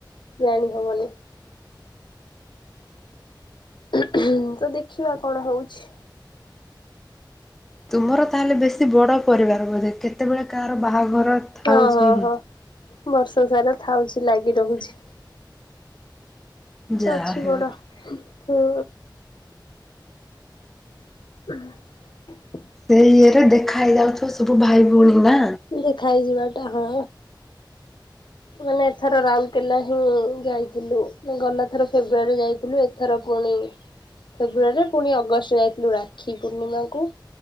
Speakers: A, on the left; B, in the centre.
A: ଜାଣି ହବନି। <inaudible> ତ ଦେଖିବା କଣ ହଉଛି।
B: ତୁମର ତାହେଲେ ବେଶୀ ବଡ ପରିବାର ବୋଧେ କେତେବେଳେ କାହାର ବାହା ଘର ଥାଉଛି।
A: ହଁ ହଁ ହଁ ବର୍ଷ ସାରା ଥାଉଛି। କି ଲାଗି ରହୁଛି।
B: ଯାହା
A: ଅଛି
B: ହେଉ
A: ବଡ। ହୁଁ। <inaudible>
B: ଏ ଇଏରେ ଦେଖା ହେଇଯାଉଥିବ ସବୁ ଭାଇ ଭଉଣୀ ନା।
A: ଦେଖା ହେଇଯିବା। ଆ ହା। ମାନେ ଏଥର ରାଉରକେଲା ହିଁ ଯାଇଥିଲୁ, ଗଲା ଥର ଫେବୃଆାରୀ ଯାଇଥିଲୁ, ଏଥର ପୁଣି ଫେବୃଆାରୀରେ, ପୁଣି ଅଗଷ୍ଟ ଯାଇଥିଲୁ ରାକ୍ଷୀ ପୂର୍ଣିମାକୁୁ,